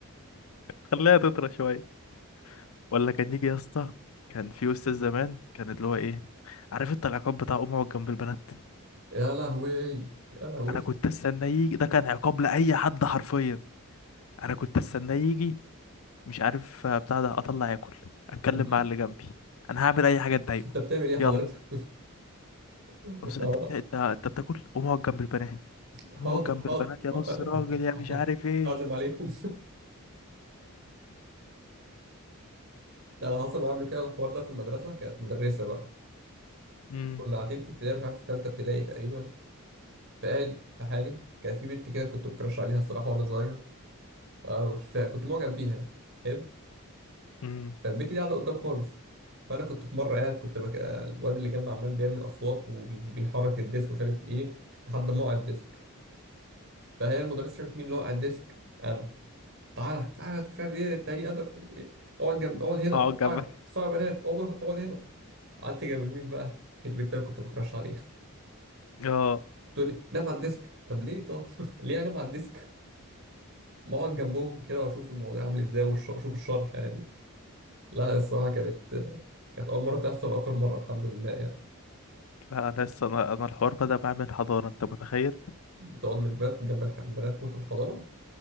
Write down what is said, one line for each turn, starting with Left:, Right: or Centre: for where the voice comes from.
Left: خليها تطرى شويه ولا كان يجي يا اسطى كان في استاذ زمان كان اللي هو ايه عارف انت العقاب بتاع امه جنب البنات
Right: يا لهوي يا لهوي
Left: انا كنت استنى يجي ده كان عقاب لاي حد حرفيا انا كنت استنى يجي مش عارف آه، بتاع ده اطلع اكل اتكلم
Right: مم.
Left: مع اللي جنبي انا هعمل اي حاجه تضايقه
Right: <laughs> انت بتعمل ايه حضرتك؟
Left: يلا
Right: <laughs>
Left: بص
Right: اه
Left: انت بت- انت انت بتاكل قوم اقعد جنب البنات
Right: حاضر
Left: قوم اقعد
Right: حاضر
Left: جنب البنات يا
Right: حاضر.
Left: نص راجل
Right: <laughs>
Left: يا مش عارف ايه
Right: اعزم عليهم ده انا حصل معايا قبل كده الحوار ده في المدرسه كانت مدرسه بقى
Left: امم
Right: كنا قاعدين في ابتدائي مش عارف في ثالثه ابتدائي تقريبا فقاعد في حالي كانت في بنت كده كنت بكرش عليها الصراحه وانا صغير اه مش فاهم كنت معجب بيها حلو
Left: امم
Right: فالبت دي قاعده قدام خالص فانا كنت في مره قاعد كنت بك... الواد اللي جنبي عمال بيعمل اصوات وبيحرك الديسك ومش عارف ايه لحد ما وقع الديسك فهي المدرسه شافت مين اللي وقع الديسك انا تعالى تعالى مش عارف ايه التاني ادم مش عارف ايه اقعد جنب اقعد هنا
Left: اقعد جنب
Right: صعب بنات اقعد اقعد هنا قعدت جنب مين بقى <laughs> البنت اللي كنت بكرش عليها
Left: اه
Right: تقول لي نام على الديسك طب ليه طب <laughs> ليه انام على الديسك ما اقعد جنبهم كده واشوف الموضوع عامل ازاي والش- واشوف الشرح يعني لا الصراحه كانت كانت اول مره تحصل واخر مره الحمد لله يعني
Left: لا انا لسه انا انا الحوار بدأ معايا من الحضانة انت متخيل
Right: بتقعد من البنات جنب الح- البنات وانت في الحضانة